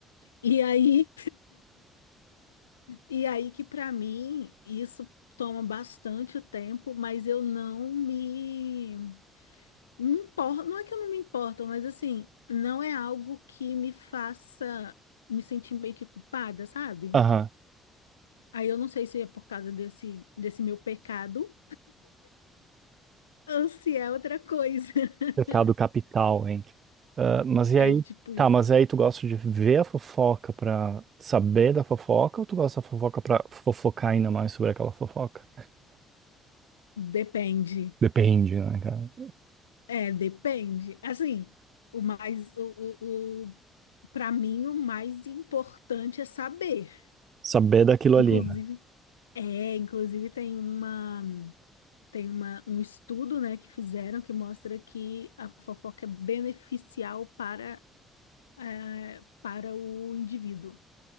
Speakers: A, on the left; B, on the right.
A: E aí. E aí que para mim isso toma bastante tempo, mas eu não me não importo, não é que eu não me importo, mas assim, não é algo que me faça me sentir meio que culpada, sabe?
B: Aham.
A: Aí eu não sei se é por causa desse desse meu pecado ou se é outra coisa. <laughs>
B: Pecado capital, hein? Ah, mas e
A: É
B: aí,
A: tipo isso.
B: tá, mas aí tu gosta de ver a fofoca pra saber da fofoca ou tu gosta da fofoca pra fofocar ainda mais sobre aquela fofoca?
A: Depende.
B: Depende, né, cara?
A: É, depende. Assim, o mais o, o, o para mim o mais importante é saber,
B: Saber daquilo
A: inclusive
B: ali, né?
A: É, inclusive tem uma tem uma, um estudo, né, que fizeram que mostra que a fofoca é beneficial para, eh, para o indivíduo.